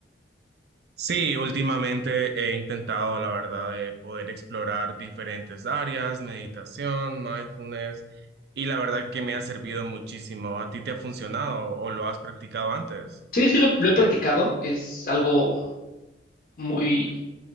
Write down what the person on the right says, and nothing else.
Sí, últimamente he intentado, la verdad, de poder explorar diferentes áreas, meditación, mindfulness, y la verdad que me ha servido muchísimo. ¿A ti te ha funcionado o lo has practicado antes?